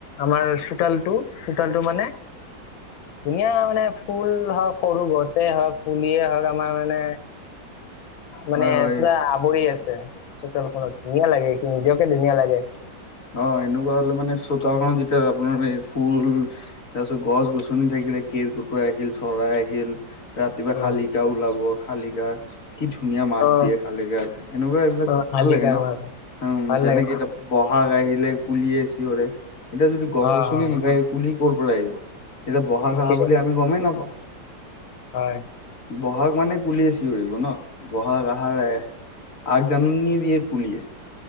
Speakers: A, on the left; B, on the left.
A: আমাৰ চোতালটো চোতালটো মানে ধুনীয়া মানে ফুল হওঁক সৰু গছে হওঁক পুলিয়ে হওঁক আমাৰ মানে। মানে
B: হয় হয়।
A: পুৰা আৱৰি আছে চোতালখনত ধুনীয়া লাগে। এই খিনি নিজকে ধুনীয়া লাগে।
B: অ' এনেকুৱা হ'লে মানে চোতালখন যেতিয়া আপোনাৰ এই ফুল তাৰপিছত গছ গছনি থাকিলে কেৰ কুটুৱ আহিল চৰাই আহিল। ৰাতিপুৱা
A: অ
B: শালিকা ওলাব, শালিকা। কি ধুনীয়া মাত
A: অ
B: দিয়ে, খালীকাৰ এনেকুৱা এইবিলাক
A: অ শালিকা
B: ভাল লাগে ন।
A: মাছ
B: উম,
A: ভাল
B: যেনেকে
A: লাগে
B: এতিয়া পথ। আহিলে কুলিয়ে চিঞৰে, এতিয়া যদি গছ
A: অ
B: গছনি
A: অ
B: নাথাকে কুলি ক'ৰ পৰা আহিব। এতিয়া ব'হাগ
A: ঠিকেই
B: আহা বুলি আমি গমেই নাপাওঁ।
A: হয়।
B: ব'হাগ মানে কুলিয়ে চিঞৰিব ন ব'হাগ আহাৰ। আগ জাননী দিয়ে কুলিয়ে।